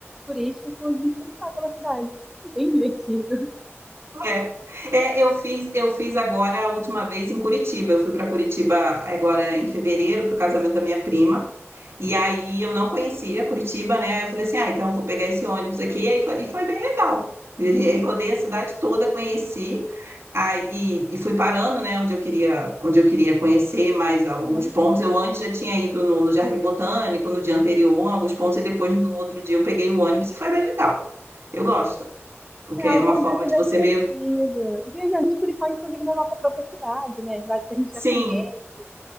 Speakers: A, in the centre; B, on the right.
A: turísticos e turistar pela cidade. Bem divertido.
B: É, é, eu fiz, eu fiz agora a última vez em Curitiba. Eu fui para Curitiba agora em fevereiro para o casamento da minha prima. E aí eu não conhecia Curitiba, né? Eu falei assim, ah, então eu vou pegar esse ônibus aqui. E aí foi, e foi bem legal. E aí rodei a cidade toda, conheci, aí, e, e fui parando, né, onde eu queria, onde eu queria conhecer mais alguns
A: <laughs>
B: pontos. Eu antes já tinha ido no, no Jardim Botânico no dia anterior, em alguns pontos, e depois no outro dia eu peguei o ônibus e foi bem legal. Eu gosto, porque
A: É,
B: é
A: alguns
B: uma forma
A: desses
B: de
A: é
B: você
A: divertido.
B: meio que
A: E a gente clicar, inclusive, na nossa própria cidade, né? Cidade que a gente
B: Sim,
A: já conhece,